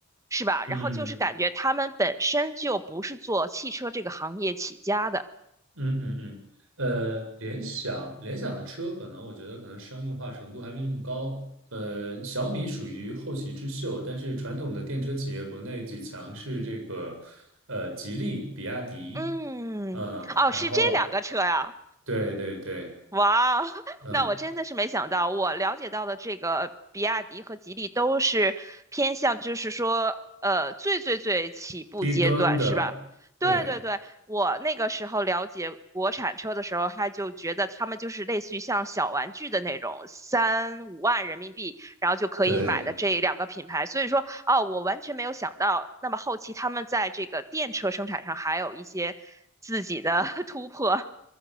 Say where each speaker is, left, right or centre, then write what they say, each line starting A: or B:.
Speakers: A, on the right (about 15°); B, on the right (about 70°).
A: 是吧？
B: 嗯嗯
A: 然后就是感觉他们本身就不是做汽车这个行业起家的，
B: 嗯嗯嗯，呃，联想联想的车可能我觉得可能商用化程度还没那么高。呃，小米属于后起之秀，但是传统的电车企业国内几强是这个，呃，吉利、比亚迪，
A: 嗯，
B: 嗯，嗯，
A: 哦，
B: 然后
A: 是这两个车呀、
B: 对对对，
A: 哇，<laughs>
B: 嗯，
A: 那我真的是没想到，我了解到的这个比亚迪和吉利都是偏向，就是说，呃，最最最起步阶段，
B: 低端的，
A: 是吧？
B: 对
A: 对对对，我那个时候了解国产车的时候，他就觉得他们就是类似于像小玩具的那种，三五万人民币，然后就可以买的这两个品牌。
B: 对。
A: 所以说，哦，我完全没有想到，那么后期他们在这个电车生产上还有一些自己的 <laughs> 突破。